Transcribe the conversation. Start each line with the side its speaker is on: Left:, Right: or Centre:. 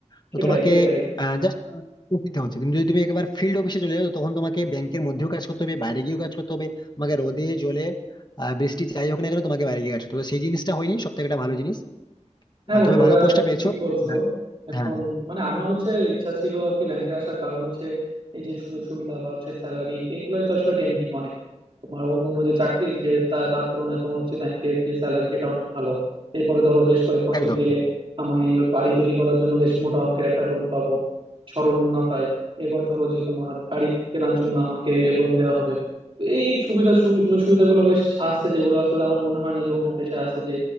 Left: তো
Right: সেটাই
Left: তোমাকে
Right: সেটাই
Left: জাস্ট দিতে হচ্ছে কিন্তু যদি তুমি একবার ফিল্ড অফিসে চলে যাও তখন তোমাকে ব্যাংকের মধ্যেও কাজ করতে হবে বাইরে গিয়েও কাজ করতে হবে তোমাকে রোদে জলে আহ, বৃষ্টি যাই হোক না কেন তোমাকে বাইরে গিয়ে কাজ করতে হবে তো সেই জিনিসটা হয়নি সব থেকে একটা ভালো জিনিস
Right: হ্যাঁ
Left: আহ,
Right: বন্ধু
Left: তবে
Right: এটা
Left: ভালো পোস্টটা পেয়েছো
Right: ঠিক বলছো
Left: আহ,
Right: এখন
Left: হ্যাঁ
Right: মানে আমার হচ্ছে ইচ্ছা ছিল আর কি ব্যাংকে আসার কারণ হচ্ছে এই যে সুযোগ সুবিধা বা হচ্ছে স্যালারি এইগুলাই তো আসলে টেম্পটিং অনেক তোমার অন্যান্য যে চাকরি সে তা- তার তুলনায় তোমার হচ্ছে ব্যাংকের যে স্যালারি সেটা অনেক ভালো এরপরে ধরো বেশ কয়েক বছর
Left: একদম
Right: গেলে আমি বাড়ি তৈরি করার জন্য বেশ মোটা অঙ্কের একটা লোন পাবো সরল মুনাফায় এরপর ধরো যে তোমার গাড়ি কেনার জন্য আমাকে লোন দেওয়া হবে তো এই সুবিধা সু- সুযোগ সুবিধাগুলো বেশ আছে যেগুলো আসলে আমার মনে হয় না যে অন্য পেশায় আছে যে